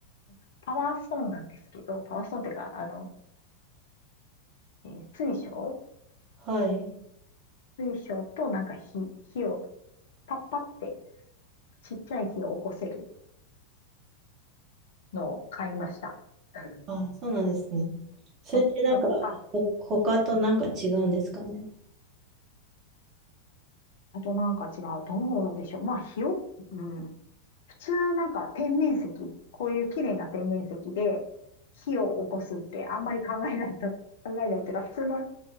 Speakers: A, on the left; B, on the right.
A: なんかパワーストーンなんですけど、パワーストーンっていうか、あの、えー水晶
B: はい。
A: 水晶となんか火、火をパッパってちっちゃい火を起こせるのを買いました。うん
B: あ、そうなんですね。それってなんか、
A: そう、はい。
B: ほ、他となんか違うんですかね。
A: あとなんか違う。どうでしょう。まあ、火を、うん。普通なんか天然石、こういう綺麗な天然石で火を起こすってあんまり考えないと、<laughs> 考えないっていうか、普通の